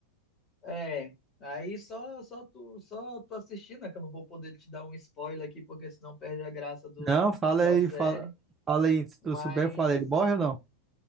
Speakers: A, on the left; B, on the right.
A: É, aí só, só tu, só tu assistir, né? Que eu não vou poder te dar um spoiler aqui, porque senão perde a graça do,
B: Não, fala
A: da
B: aí,
A: série.
B: fala, fala aí, se tu
A: Mas
B: souber, fala, ele morre ou não?